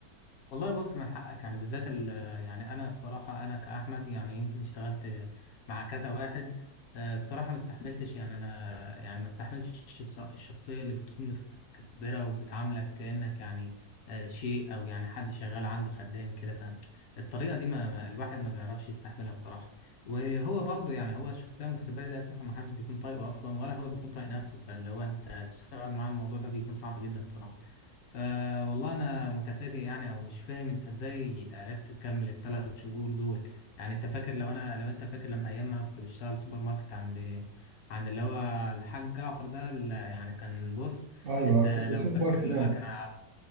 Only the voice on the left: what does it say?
والله بص من حقك يعني بالذات ال- آه، يعني انا الصراحه انا كاحمد يعني يمكن اشتغلت مع كذا واحد آه، بصراحه ما استحملتش يعني انا يعني ما استحملتش الص- الشخصيه اللي بتكون متكبره وبتعاملك كانك يعني آه، شيء او يعني حد شغال عنده خدام كده فالطريقه دي ما ما- الواحد ما بيعرفش يستحملها الصراحه وهو برضه يعني هو الشخصيه المتكبره دي اساسا ما حدش بيكون طايقه اصلا ولا هو بيكون طايق نفسه فاللي هو انت تشتغل معاه الموضوع ده بيكون صعب جدا صراحه فوالله انا متفاجئ يعني او مش فاهم انت ازاي عرفت تكمل الثلاث شهور دول يعني انت فاكر لو انا لو انت فاكر لما ايام ما انا كنت بشتغل سوبر ماركت عند عند اللي هو الحاج جعفر ده اللي يعني كان بص
انت
لو فاكر
اللي
هو كان على